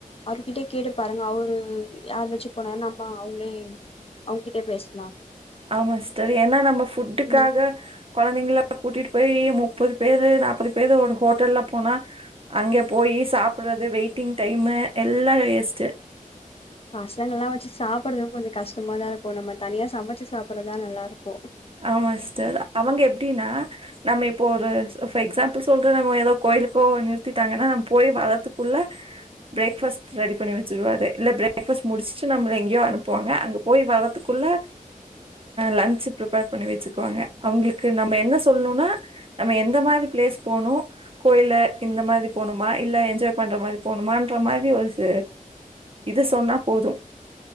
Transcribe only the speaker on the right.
ஆமா சிஸ்டர் ஏன்னா நம்ம ஃபுட்டுக்காக
கொழந்தைங்கலாம் கூட்டிட்டு போய் முப்பது பேரு நாப்பது பேரு ஒரு ஹோட்டல்ல போனா அங்கே போயி சாப்டுறது வெயிட்டிங் டைமு எல்லாம் வேஸ்ட்டு
ஆமா சிஸ்டர் அவங்க எப்டின்னா. நம்ம இப்போ ஒரு எக்ஸாம்பிள் சொல்ற நம்ம எப்போதும் கோயிலுக்கோ நிறுத்திட்டாங்கன்னா, நம்ம போய் வளரதுக்குள்ள பிரேக் ஃபஸ்ட் ரெடி பண்ணி வச்சிருவாரு இல்ல பிரேக் ஃபஸ்ட் முடிச்சுட்டு நம எங்கே அனுப்புவாங்க போய் வரறதுக்குள்ளே லன்சு ப்ரிப்பேர் பண்ணி வச்சுக்குவாங்க அவங்களுக்கு நம்ம என்ன சொல்லணுனா நம்ம எந்த மாரி பிளேஸ் போணு கோயில இந்த மாதிரி போணுமா இல்ல என்ஜாய் பண்ற மாதிரி போணுமான்ற மாதிரி ஒரு ச இது சொன்னா போதும்